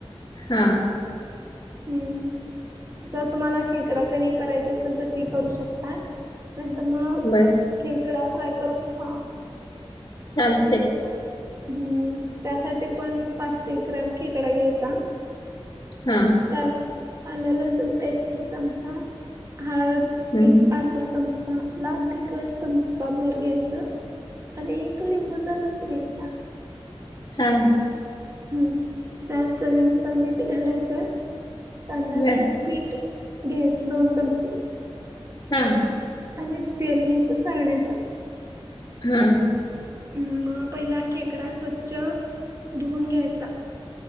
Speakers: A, on the left; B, on the right.
A: हा.
B: हम्म जर तुम्हाला खेकडाकरी करायची असेल तर ती करू शकता. नहीतर मग
A: बर
B: खेकडा फ्राय करून खा
A: चालतय.
B: हम्म त्यासाठी पण पाचशे ग्रॅम खेकडा घ्यायचा.
A: हा
B: त्यात आलं लसूण पेस्ट एक चमचा. हळद
A: हम्म
B: एक अर्धा चमचा लाल तिखट चमचा भर घ्यायचा आणि एक लिंबूचा रस घ्यायचा.
A: हा.
B: हम्म त्यात चवीनुसार मीठ घालायचं. तांदळाच
A: बर
B: पीठ घ्यायचं दोन चमचे
A: हा.
B: आणि तेल घ्यायचं तळण्यासाठी
A: हम्म.
B: हम् पहिला खेकडा स्वच्छ धुवून घ्यायचा.